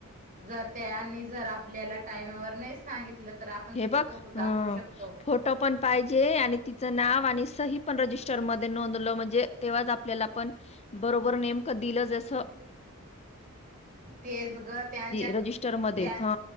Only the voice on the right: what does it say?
जर त्या जर आपल्याला टाईमावर नाही सांगितलं तर आपण
तिथे
फोटो दाखवू
शकतो.
तेच ग त्यांच्या